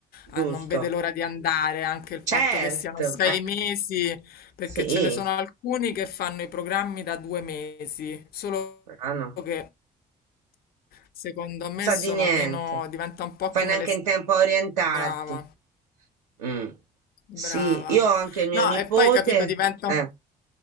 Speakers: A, on the right; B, on the left.
A: giusto.
B: eh, non vede l'ora di andare, anche il fatto
A: Certo,
B: che siano sei
A: eh,
B: mesi perché
A: sì,
B: ce ne sono alcuni che fanno i programmi da due mesi, solo
A: però no, non
B: che secondo me
A: sa
B: sono
A: di niente.
B: meno, diventa un po'
A: Fai
B: come
A: neanche
B: le... s-
A: in tempo a orientarti.
B: Brava,
A: Mh.
B: brava.
A: Sì, io ho anche mio
B: No,
A: nipote
B: e poi capito, diventa
A: eh,
B: un...